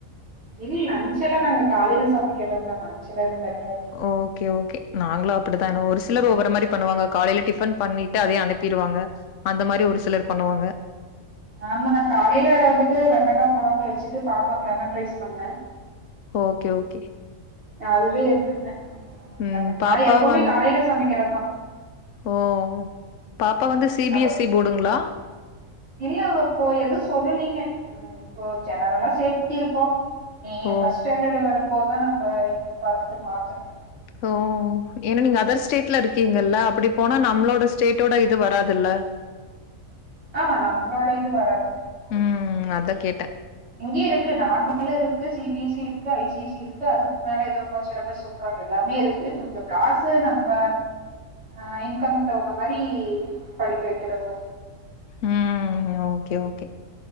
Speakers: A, on the right (about 50°); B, on the left (about 65°).
A: இல்லை லஞ்செல்ல நாங்க காலையில சமைக்கிறதுதா லஞ்செல்லா எது தனியா இல்ல
B: ஓகே ஓகே நாங்களு அப்புடித்தா ஏன்டா ஒரு சிலர் ஒவ்வோரு மாதிரி பண்ணுவாங்க காலையில டிஃபன் பண்ணிட்டு அதயே அனுப்பிருவாங்க அந்த மாதிரி ஒரு சிலர் பண்ணுவாங்க
A: ஆமா நா காலையில வந்துட்டு வெண்டக்கா கொழம்பு வச்சுட்டு பாப்பாவுக்கு லெமன் ரைஸ் பண்ணேன்
B: ஓகே ஓகே
A: அதுவே இருக்குங்கங்க
B: ம் பாப்பா
A: நா எப்பவுமே
B: வந்
A: காலையில சமைக்கிறதுதா
B: ஓ பாப்பா வந்து சி
A: அப்ப
B: பி எஸ் சி போர்டுங்ளா
A: இல்ல இப்போ எதுவு சொல்லைலீங்க இப்போ ஜெனரல்லா சேர்த்தி இருக்கோ நீ
B: ஓ
A: ஃப்ர்ஸ்ட் ஸ்டாண்டர்ட் வரும்போதுதான நம்ம என்னனு பாத்துட்டு மாத்தனு
B: ஓ ஏன்னா நீங்க அதர் ஸ்டேட்ல இருக்கீங்கல்ல அப்டி போனா நம்மளோட ஸ்டேடோட இது வராதுல்ல
A: ஆமா நம்மளோட இது வராது
B: ம் அதா கேட்ட
A: இங்கேயு இருக்கு நார்மலு இருக்கு சி பி எஸ் சி இருக்கு ஐ சி சி இல்ல அதுக்கு மேல ஏதோ ஒன்னு சில பேர் சொல்றாங்க எல்லாமே இருக்கு நம்ம காசு நம்ம ஆ இன்கமுக்கு தகுந்த மாதிரி படிக்க வைக்கிறது
B: ம் ஓகே ஓகே